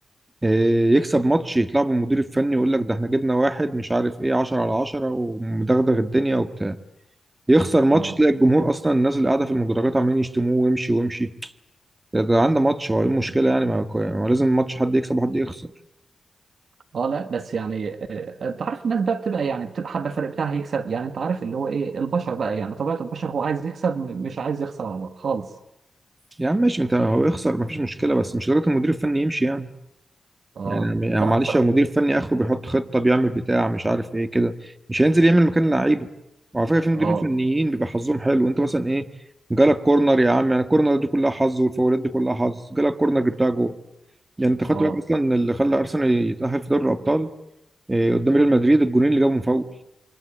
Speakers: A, on the right; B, on the right.
A: آه، يكسب ماتش يطلع بالمدير الفني يقول لك ده احنا جبنا واحد مش عارف ايه 10 على 10 ومدغدغ الدنيا وبتاع يخسر
B: اه
A: ماتش تلاقي الجمهور اصلا الناس اللي قاعده في المدرجات عمالين يشتموه ويمشي ويمشي ده ده عنده ماتش هو ايه المشكله يعني ما كو- ما لازم ماتش حد يكسب وحد يخسر
B: اه لا بس يعني آه، انت عارف الناس بقى بتبقى يعني بتبقى حابه الفريق بتاعها يكسب يعني انت عارف اللي هو ايه البشر بقى يعني طبيعه البشر هو عايز يكسب م- مش عايز يخسر والله خالص
A: يا عم ماشي انت هو يخسر ما فيش مشكله بس مش لدرجه المدير الفني يمشي يعني
B: اه
A: يعني يعني
B: لا
A: معلش
B: بصراحه
A: لو المدير الفني اخره بيحط خطه بيعمل بتاع مش عارف ايه كده مش هينزل يعمل مكان لعيبه وعلى فكره في مديرين
B: اه
A: فنيين بيبقى حظهم حلو انت مثلا ايه جالك كورنر يا عم يعني الكورنر دي كلها حظ والفاولات دي كلها حظ جالك كورنر جبتها جول يعني انت خدت
B: اه
A: بالك اصلا إن اللي خلى ارسنال يتاهل في دوري الابطال إيه قدام ريال مدريد الجونين اللي جابهم فاول